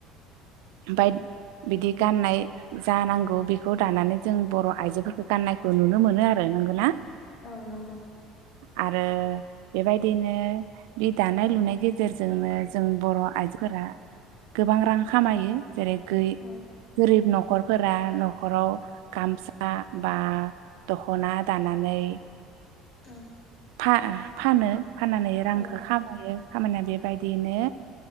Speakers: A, on the right; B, on the left.
A: बाय बिदि गाननाय जानांगौ बेखौ दानानै जों बर' आइजोफोरखौ गाननायखौ नुनो मोनो आरो। नंगौ ना?
B: औ नंगौ।
A: आरो बेबायदिनो बे दानाय लुनाय गेजेरजोंनो जों बर' आइजोफोरा गोबां रां खामायो। जेरै गोयि
B: औ
A: गोरिब न' खरफोरा न'खराव गामसा बा दख'ना दानानै
B: औ।
A: फा-फानो फाननानै रांखो
B: औ
A: खामायो खामानिया बेब बायदियैनो